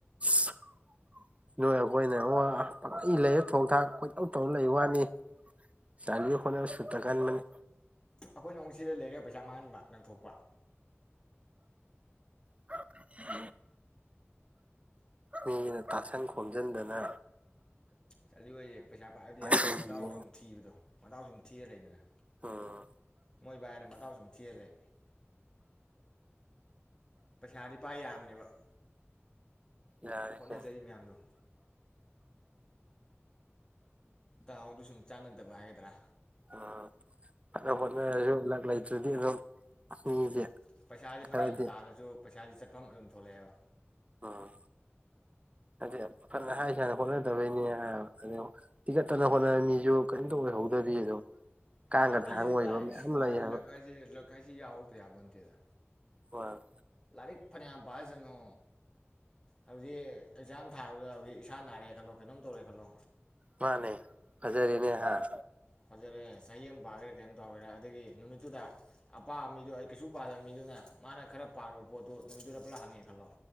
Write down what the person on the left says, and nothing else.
ꯑꯩꯈꯣꯏ ꯅꯃꯨꯛ ꯁꯤꯗ ꯂꯩꯔꯒ ꯄꯩꯁꯥ ꯃꯥꯡꯍꯟꯕ ꯂꯪꯊꯣꯛꯄ
ꯆꯥꯔꯂꯤꯍꯣꯏꯖꯦ ꯄꯩꯁꯥ ꯄꯥꯏꯕꯗꯤ ꯌꯥꯔꯃꯤꯍꯦ
ꯃꯗꯥꯎ ꯁꯨꯝ ꯊꯤꯕꯗꯣ ꯃꯗꯥꯎ ꯁꯨꯝ ꯊꯤꯔ ꯂꯩꯗꯅ
ꯃꯣꯏ ꯕꯥ ꯍꯥꯏꯔꯦ ꯃꯗꯥꯎ ꯁꯨꯝ ꯊꯤꯔ ꯂꯩ꯫ ꯄꯩꯁꯥꯗꯤ ꯄꯥꯏ ꯌꯥꯝꯅꯦꯕ
ꯍꯣꯠꯅꯖꯔꯤ ꯃꯌꯥꯝꯗꯨ ꯗꯥꯎꯗꯨ ꯁꯨꯝ ꯆꯥꯟꯅꯗꯕ ꯍꯥꯏꯒꯗ꯭ꯔꯥ
ꯍꯣꯏꯌꯦ ꯄꯩꯁꯥꯥꯁꯦ
ꯐꯅꯌꯥꯝ ꯇꯥꯜꯂꯁꯨ ꯄꯩꯁꯥꯥꯖꯦ ꯆꯠꯐꯝ ꯑꯗꯨꯝ ꯊꯣꯛꯂꯛꯑꯦꯕ
ꯃꯌꯥꯝ
ꯂꯩꯁꯤꯗꯤ
ꯚꯥꯏ
ꯏꯁ ꯀꯥꯏ
ꯂꯛ ꯍꯥꯏꯁꯤ ꯂꯛ ꯍꯥꯏ ꯁꯤ ꯌꯥꯎꯇ ꯌꯥꯄꯣꯟꯇꯦꯗ
ꯂꯥꯏꯔꯤꯛ ꯐꯅꯌꯥꯝ ꯄꯥꯖꯅꯨ ꯍꯧꯖꯤꯛ ꯑꯦꯛꯖꯥꯝ ꯊꯥꯕꯗ ꯍꯧꯖꯤꯛ ꯏꯁꯥ ꯅꯥꯔꯛꯑꯦ ꯈꯜꯂꯣ ꯀꯩꯅꯣꯝ ꯇꯧꯔꯦ ꯈꯜꯂꯣ
ꯐꯖꯔꯦ ꯆꯍꯤ ꯑꯃ ꯄꯥꯒꯦꯔꯥ ꯀꯔꯤꯝ ꯇꯧꯒꯦꯔꯥ ꯑꯗꯒꯤ ꯅꯨꯃꯤꯠꯇꯨꯗ ꯑꯄꯥꯕ ꯃꯤꯗꯣ ꯑꯩ ꯀꯩꯁꯨ ꯄꯥꯗꯕ ꯃꯤꯗꯨꯅ ꯃꯥꯅ ꯈꯔ ꯄꯥꯔꯨꯕ ꯄꯣꯠꯇꯨ ꯅꯨꯃꯤꯠꯇꯨꯗ ꯄꯨꯂꯞ ꯍꯪꯉꯛꯑꯦ ꯈꯜꯂꯣ